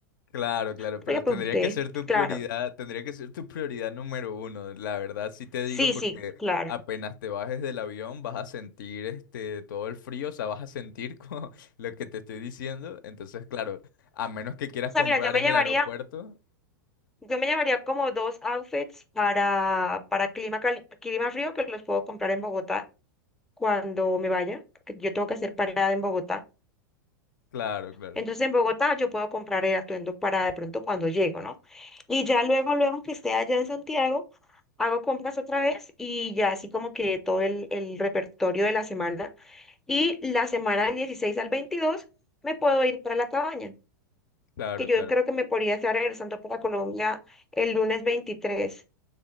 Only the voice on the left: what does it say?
Claro, claro,
pero
tendría
que ser tu
prioridad, tendría que ser tu prioridad número uno, la verdad sí te digo
porque
apenas te bajes del avión vas a sentir este todo el frío, o sea, vas a sentir como <laughs> lo que te estoy diciendo, entonces claro, a menos que quieras
comprar
en
el aeropuerto,
claro, claro,
claro,
claro.